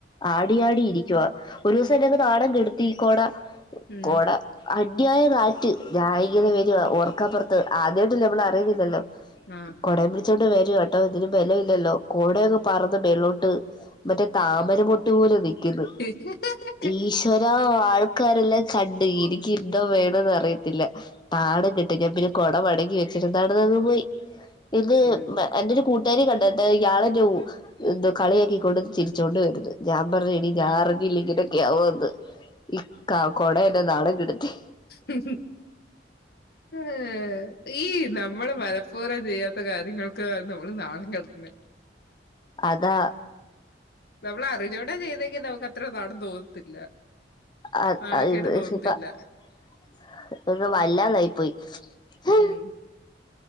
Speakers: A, on the left (about 25°); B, on the left (about 55°).
A: ആടിയാടിയിരി ക്യൊ ഒരൂസം എന്നെഅങ്ങ് നാണംകെട്ത്തി ഈ കോട
B: ഉം
A: കോട അന്യായാ കാറ്റ് ഞാൻ ഇങ്ങനെ വരുവാ ഓർക്കാപൊർത്ത് ആദ്യയ്ട്ടല്ലേ നമ്മളറിയുന്നില്ലല്ലോ.
B: മ്.
A: കൊടേം പിടിച്ചോണ്ട് വരുവാട്ടോ ഇതിന് ബലോല്ലല്ലോ. കൊടയങ്ങ് പറന്ന് മേലോട്ട് മറ്റേ താമരമൊട്ട് പോലെ നിക്ക്ന്ന്.
B: <unintelligible>
A: ഈശ്വരാ ആൾക്കാരെല്ലാം കണ്ട് ഇനിക്ക് എന്തോ വേണന്ന് അറിയത്തില്ല. നാണം കെട്ട് ഞാൻ പിന്നെ കൊട മടക്കി വെച്ചിട്ട് നടന്നങ് പോയി പിന്നേ
B: ഉം.
A: എന്റൊരു കൂ <unintelligible> കളിയാക്കിക്കൊണ്ടും ചിരിച്ചോണ്ടും വര്ന്ന് ഞാൻ പർഞ്ഞ് എനി
B: ഉം.
A: ഞാ അറിഞ്ഞില്ലി ഇങ്ങനെയൊക്കെ ആവോന്ന് ഈ കാ കൊട എന്നെ നാണം കെട്ത്തി.
B: മ് മ് ഈ നമ്മള് മനപ്പൂർവം ചെയ്യാ- ത്ത കാര്യങ്ങൾക്ക് നമ്മള് നാണം കെട്ന്നെ
A: അതാ.
B: ന്നമ്മളഅറിഞ്ഞോണ്ടാ ചെയ്യ്ന്നെങ്കി നമുക്ക് അത്ര നാണം തോന്നത്തില്ല.
A: <unintelligible>
B: നാണക്കേട് തോന്നത്തില്ല.
A: വല്ലാതാ യിപ്പോയി ഹ്.
B: ഉം.